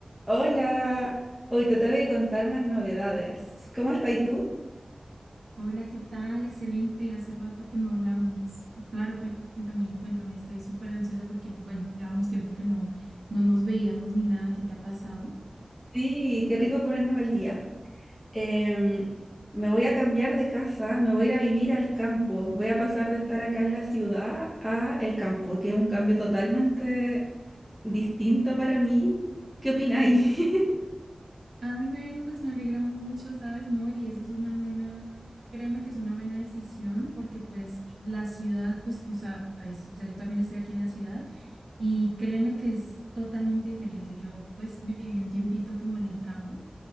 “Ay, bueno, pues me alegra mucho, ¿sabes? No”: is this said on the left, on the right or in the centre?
Right